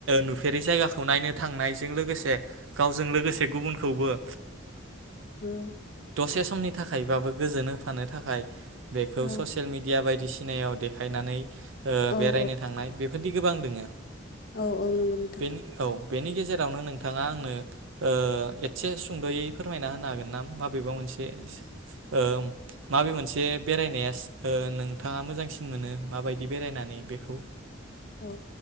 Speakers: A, on the right; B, on the left.
A: नुफेरै जायगाखौ नायनो थांनायजों लोगोसे गावजों लोगोसे गुबुनखौबो ओ
B: ओं
A: एसे समनि थाखायबाबो गोजोन होफानो थाखाय बेखौ
B: औ
A: ससियेल मिडिया बायदिसिना नेयाव देखायनानै ओ
B: औ
A: बेरायनो थांनाय बे <unintelligible> गोबां दोङो
B: औ औ नंगो नोंथां
A: बेनि औ बेनि गेजेरावनो नोंथाङा आंनो ओ एसे सुंद'यै फोरमायना होनो हागोन ना माब बे ओ माबे मोनसे बेरायनाया ओ नोंथाङा मोजांसिन मोनो माबायदि बेरायनानै बेखौ
B: औ